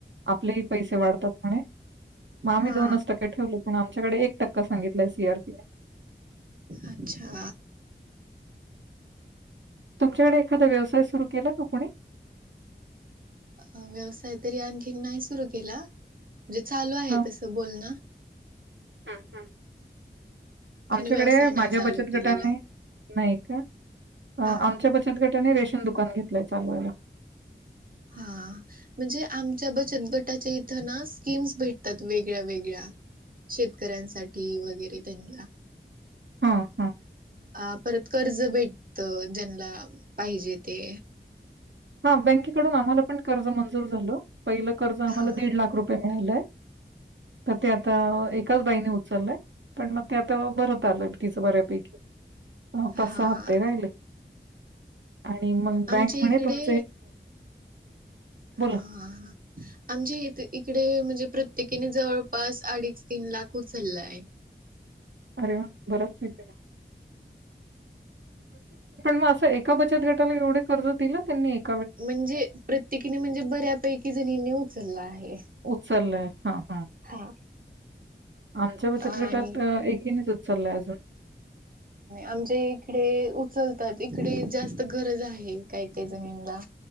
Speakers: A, on the right; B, on the right.
A: आपलेही पैसे वाढतात म्हणे. मग आम्ही
B: हा
A: दोनच टक्के ठेवले पण आमच्याकडे एक टक्का सांगितलाय सी आरपी
B: अच्छा.
A: तुमच्याकडे एखादा व्यवसाय सुरू केला का कोणी?
B: अ व्यवसाय तरी आणखी नाही सुरु केला. म्हणजे चालू आहे
A: हां.
B: तसं बोलण.
A: हं, हं. आमच्याकडे
B: व्यवसाय
A: माझ्या
B: नाही चालू
A: बचत
B: केलेला
A: गटाने नाही का
B: हा
A: आमच्या बचत गटाने रेशन दुकान घेतलंय चालवायला.
B: हा म्हणजे आमच्या बचत गटाच्या इथं ना स्कीम्स भेटतात वेगळ्या वेगळ्या. शेतकऱ्यांसाठी वगैरे त्यांनला
A: हा हा.
B: अ परत कर्ज भेटत ज्यांना पाहिजे ते
A: हा बँकेकडून आम्हाला पण कर्ज मंजूर झालं पहिलं कर्ज आम्हाला
B: हा
A: दीड लाख रुपये मिळाल. तर ते आता एकाच बाईने उचललंय. पण मग ते आता भरत आलं तिचं बऱ्यापैकी
B: हा
A: पाच सहा हप्ते राहिले. आणि मग बँक
B: आमच्या
A: म्हणे
B: इकडे
A: तुम
B: हा
A: बोला.
B: आमच्या इथं इकडे म्हणजे प्रत्येकीने जवळपास अडीच तीन लाख उचलय.
A: अरे वा बरचं हे केलंय मग असं एका बचत गटाला एवढे कर्ज देईल त्यांनी एक?
B: म्हणजे प्रत्येकीने म्हणजे बऱ्यापैकी जणींनी उचलला आहे.
A: उचललाय हा हा.
B: हा.
A: आमच्या बचत
B: आणि
A: गटात एकीनेच उचलाय अजून.
B: आमच्या इकडे उचलतात इकडे जास्त गरज आहे, काय काय जणीनला.